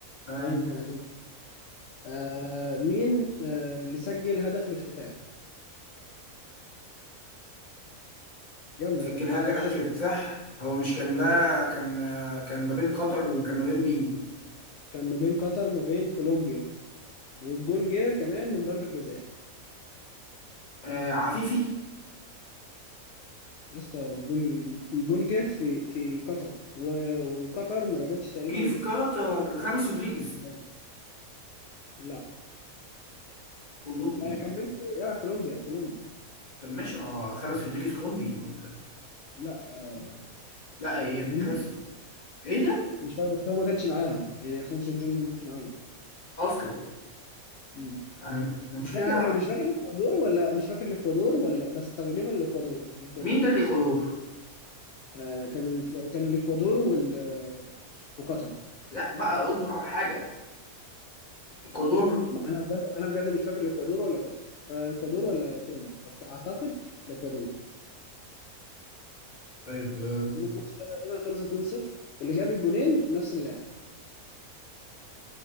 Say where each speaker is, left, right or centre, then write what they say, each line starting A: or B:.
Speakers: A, on the left; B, on the left.
A: تمام
B: هو من سنتين آه، مين آه، اللي سجل هدف الافتتاح يلا
A: سجل
B: يلا ما
A: هاجة
B: تسكتش
A: هدف الافتتاح هو مش كان ده
B: ايوه
A: كان آه، كان ما بين قطر وكان ما بين مين
B: كان ما بين قطر وما بين كولومبيا والجون جه كمان من ضربة جزاء
A: آه
B: ها
A: عفيفي
B: يا اسطى الجون الجون جه في في قطر و- وقطر ما جابتش تقريبا
A: جه في قطر خامس رودريجيز
B: أيوة. لا
A: كولومبي
B: آه، كان بين يلا كولومبيا كولومبيا
A: طب ماشي ما هو خامس رودريجيز كولومبي ولا
B: لا آه،
A: لا ايه يا ابني
B: كولومبيا
A: خامس ايه ده
B: مش فاهم بس هو ما كانش معاهم يعني خمسة رودريجز ما كانش معاهم اصلا
A: اصله
B: مم.
A: انا المشكله
B: مش فاكر مش
A: أنا-
B: فاكر الاكوادور ولا مش فاكر الاكوادور ولا بس تقريبا الاكوادور الاكوادور
A: مين ده الاكوادور
B: اسف آه كان الف... كان الاكوادور وال وقطر
A: لا بقى اظبط على حاجه الاكوادور
B: ما انا بجد انا بجد مش فاكر الاكوادور ولا قطر آه، الاكوادور ولا كولومبيا بس اعتقد الاكوادور
A: طيب آه،
B: لأن الماتش ده تقريبا خلص 2-0 واللي جاب الجونين نفس اللاعب